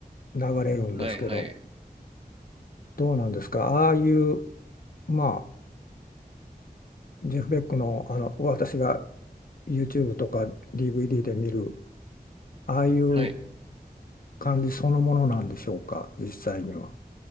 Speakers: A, on the left (about 60°); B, on the right (about 35°).
A: 流れるんですけど、
B: はいはい。
A: どうなんですかああいう、まあ、ジェフ・ベックの、あの、私が YouTube とか DVD で見る、ああいう
B: はい。
A: 感じそのものなんでしょうか、実際には。